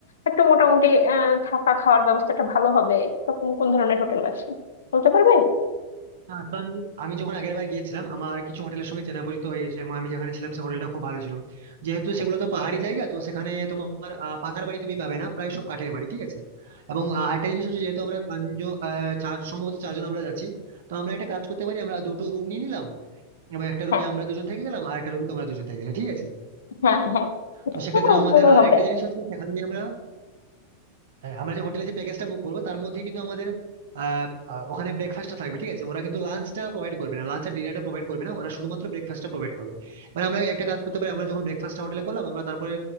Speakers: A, on the left (about 65°); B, on the right (about 55°).
A: একটু মোটামুটি আহ, থাকা খাওয়ার ব্যবস্থাটা ভালো হবে এরকম কোন ধরনের হোটেল আছে বলতে পারবে
B: হ্যাঁ তো আমি আমি যখন আগের বার গিয়েছিলাম আমার কিছু হোটেলের সঙ্গে চেনা পরিচিত হয়ে গেছিল এবং আমি যেখানে ছিলাম সে হোটেলটা খুব ভালো ছিল যেহেতু সেগুলো তো পাহাড়ি জায়গা তো সেখানে তোমার আহ, পাকার বাড়ি তুমি পাবে না প্রায় সব কাঠের বাড়ি ঠিক আছে এবং আহ, আরেকটা জিনিস হচ্ছে যেহেতু আমরা পাঁচজন আহ, চার সম্ভবত চারজন আমরা যাচ্ছি তো আমরা একটা কাজ করতে পারি আমরা দুটো রুম নিয়ে নিলাম এবং একটা রুমে
A: হ্যাঁ
B: আমরা দুজন থেকে গেলাম আর একটা রুমে তোমরা দুজন থেকে গেলে ঠিক আছে
A: হ্যাঁ হ্যাঁ এটা
B: তো সেক্ষেত্রে
A: তো
B: আমাদের
A: ভালো
B: আর
A: হবে
B: একটা জিনিস হচ্ছে সেখানে আমরা হ্যাঁ আমরা যে হোটেলে যে প্যাকেজটা বুক করবো তার মধ্যে কিন্তু আমাদের আহ, আহ, ওখানে ব্রেকফাস্টটা থাকবে ঠিক আছে ওরা কিন্তু লাঞ্চটা প্রোভাইড করবে না লাঞ্চ আর ডিনারটা প্রোভাইড করবে না ওরা শুধুমাত্র ব্রেকফাস্টটা প্রোভাইড করবে মানে আমরা একটা কাজ করতে পারি আমরা যখন ব্রেকফাস্টটা হোটেলে করলাম আমরা তারপরে